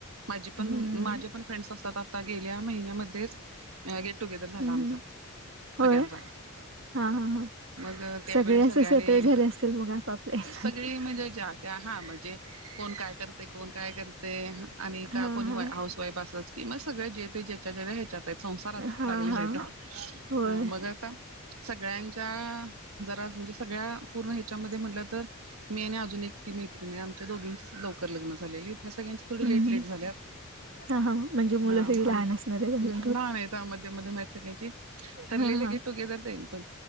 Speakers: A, on the right; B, on the right.
A: माझी पण
B: हम्म
A: माझे पण फ्रेंड्स असतात, आता गेल्या महिन्यामध्येच अ गेट टुगेदर झाला
B: हम्म
A: आमचा
B: होय
A: सगळ्यांचा.
B: हा हा हा.
A: मग त्यावेळी
B: सगळे
A: सगळ्यांनी
B: असं सेटल झाले असतील, मग आपापल्या हेच्यात?
A: सगळी म्हणजे ज्या त्या हा म्हणजे कोण काय करतय? कोण काय करतय? हा आणि का
B: हा
A: कोणी
B: हा.
A: वा हाऊस वाईफ असच कि, म सगळे जे ते जेच्या जेच्या हेच्यात हाईत. संसारात
B: हा
A: लागलेले
B: हा
A: आहेत,
B: होय
A: हा मग आता सगळ्यांच्या जरा असं म्हणजे सगळ्या पूर्ण हेच्यामध्ये म्हणलं तर मी आणि अजून एकटी मैत्रिण हाय आमच्या दोघींचीच लवकर लग्न झालेलीत, ह्या सगळ्यांची थोडी
B: हम्म
A: लेट
B: हम्म.
A: लेट झाल्यात
B: हा हा म्हणजे मुलं
A: हा
B: सगळी
A: आणि
B: <unintelligible>
A: नाही त्या मध्ये मध्ये म माहीत सगळ्याची ठरलेले
B: हा हा
A: गेट टुगेदर देईन पण